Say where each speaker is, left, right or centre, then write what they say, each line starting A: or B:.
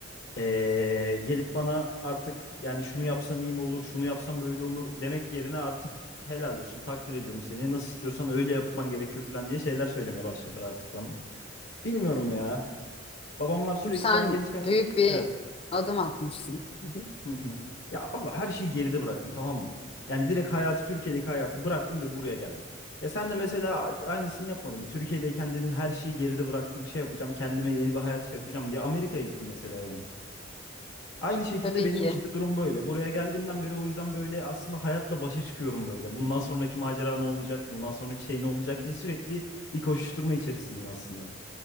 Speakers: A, on the left; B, on the left.
A: Ee, gelip bana artık yani şunu yapsan iyi mi olur, şunu yapsan böyle olur demek yerine artık helal olsun, takdir ediyorum seni. Nasıl istiyorsan öyle yapman gerekiyor falan diye şeyler söylemeye başladılar artık bana. Bilmiyorum ya. Babamlar sürekli
B: Çünkü sen
A: ben gençken
B: büyük bir
A: evet.
B: adım atmışsın. Hı hı.
A: Hı hı. Ya abla her şeyi geride bıraktım tamam mı? Yani direkt hayatı Türkiye'deki hayatı bıraktım ve buraya geldim. Ya sen de mesela aynısını yapmadın mı? Türkiye'deyken dedin her şeyi geride bıraktım, şey yapacağım, kendime yeni bir hayat şey yapacağım diye Amerika'ya gittin mesela yani. Aynı şekilde
B: Tabii
A: benim
B: ki.
A: için de durum böyle. Buraya geldiğimden beri o yüzden böyle aslında hayatla başa çıkıyorum böyle. Bundan sonraki macera ne olacak? Bundan sonraki şey ne olacak diye sürekli bir koşuşturma içerisindeyim aslında.